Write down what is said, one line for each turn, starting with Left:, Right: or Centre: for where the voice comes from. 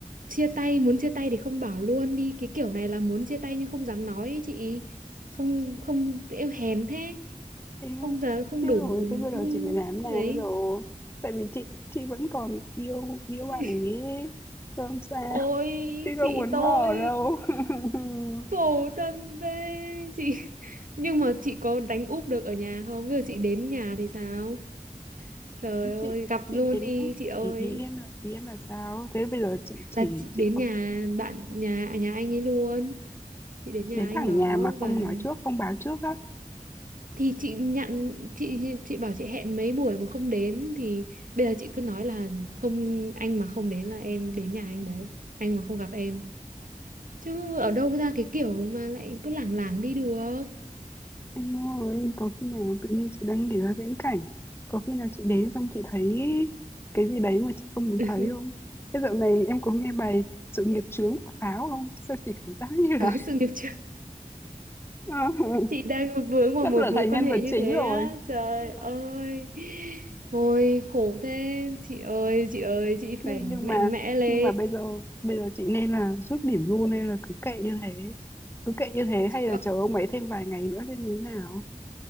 Right: chia tay muốn chia tay thì không bảo luôn đi cái kiểu này là muốn chia tay nhưng không dám nói ý chị không không eo hèn thế
Left: em
Right: không
Left: không
Right: giờ không
Left: thế
Right: đủ
Left: rồi tới bây giờ
Right: không-
Left: chị phải làm thế nào
Right: đấy
Left: bây giờ tại vì chị chị vẫn còn yêu yêu bạn
Right: <laughs>
Left: ấy ấy. làm sao
Right: ôi
Left: chị không
Right: chị
Left: muốn
Right: tôi
Left: bỏ đâu <laughs>
Right: khổ thân thế chị <laughs> nhưng mà chị có đánh úp được ở nhà không bây giờ chị đến nhà thì sao trời ơi
Left: chị
Right: gặp luôn
Left: chị đến
Right: đi chị ơi
Left: ý, ý em là ý em là sao thế bây giờ chị chỉ
Right: là chị đến
Left: chị
Right: nhà bạn nhà à, nhà anh ấy luôn chị đến nhà
Left: đến
Right: anh
Left: thẳng
Right: đó
Left: nhà mà không
Right: và
Left: nói trước không báo trước á
Right: thì chị nhận chị chị bảo chị hẹn mấy buổi mà không đến thì bây giờ chị cứ nói là không anh mà không đến là em đến nhà anh đấy anh mà không gặp em chứ ở đâu ra cái kiểu mà lại cứ lảng lảng đi được
Left: Em ơi, có khi nào tự nhiên chị đang nghĩ ra viễn cảnh, có khi nào chị đến xong chị thấy cái gì đấy mà chị không muốn
Right: <laughs>
Left: thấy không? Thế dạo này em có nghe bài Sự nghiệp chướng của Pháo không? Sao chị cảm giác như là
Right: có sự nghiệp chưa
Left: <laughs> ờ,
Right: chị đang vướng vào
Left: sắp
Right: một
Left: trở
Right: mối
Left: thành
Right: quan
Left: nhân
Right: hệ
Left: vật
Right: như
Left: chính
Right: thế
Left: rồi.
Right: á trời
Left: Ừ,
Right: ơi ôi khổ thế chị ơi chị ơi chị
Left: Nhưng
Right: phải
Left: nhưng
Right: mạnh
Left: mà
Right: mẽ lên
Left: nhưng mà bây giờ bây giờ chị nên là rút điểm luôn hay là cứ kệ như thế? Cứ kệ như thế
Right: chị
Left: hay
Right: ơi
Left: là chờ ông ấy thêm vài ngày nữa xem như thế nào?